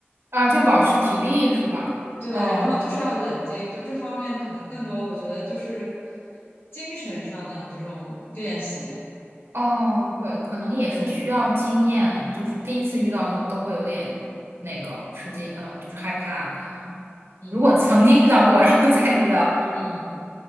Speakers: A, on the right; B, on the left.
A: 啊，就保持体力是吧？
B: 对，
A: 哦。
B: 然后就是要冷静，就这方面可能更多，我觉得就是精神上的这种练习。
A: 哦，对，可能也是需要经验，
B: 嗯
A: 就是第一次遇到可能都会有点那个吃惊，嗯、就是害怕。可能
B: 嗯
A: 如果曾经遇到过，<laughs> 然后再遇到，
B: 嗯，